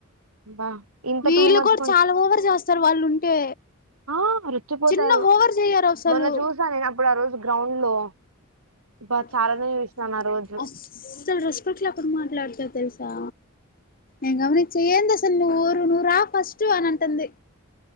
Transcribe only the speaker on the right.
ఆ ఇంత
టూ మచ్
ఆ రుచ్చిపోతారు
మొన్న చూసా నేను అప్పుడు ఆ రోజు గ్రౌండ్ లో బా చాలానే
చూసినాను ఆ రోజు